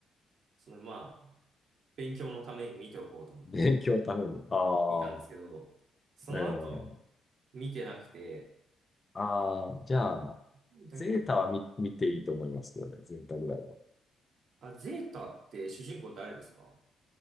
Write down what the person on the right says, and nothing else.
その、まあ、勉強のために見ておこうと思って、
見たんですけど、その後、
見てなくて、
なんだっけな。
あ、ゼータって主人公誰ですか